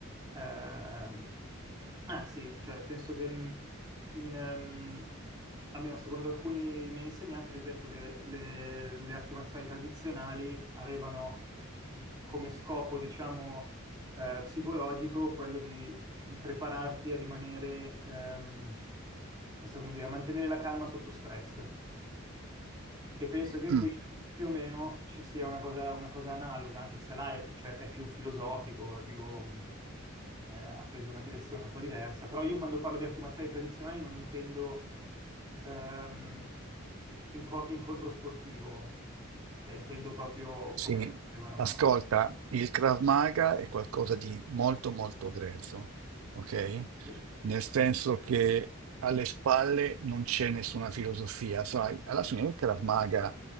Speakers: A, on the right; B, on the right.
A: ehm, anzi, cioè, penso che in, in, ehm, almeno secondo alcuni miei insegnanti, ad esempio, le, le- le arti marziali tradizionali avevano come scopo, diciamo, eh, psicologico quello di, di prepararti a rimanere, ehm, non so come dire, a mantenere la calma sotto stress. E penso che qui
B: Mm.
A: più o meno ci sia una cosa, una cosa analoga, anche se là è, cioè, è più filosofico, è più, mh, eh, ha preso una direzione un po' diversa. Però io quando parlo di arti marziali tradizionali non intendo ehm, inco- incontro sportivo, cioè intendo proprio
B: Sì,
A: come le facevano.
B: ascolta, il Krav Maga è qualcosa di molto molto grezzo, ok?
A: Sì,
B: Nel senso che alle spalle non c'è nessuna filosofia, sai? Alla fine il Krav Maga